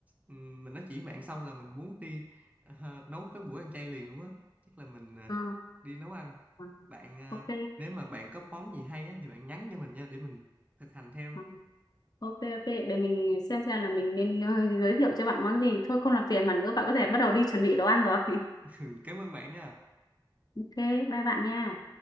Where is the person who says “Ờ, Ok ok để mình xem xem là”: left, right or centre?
Left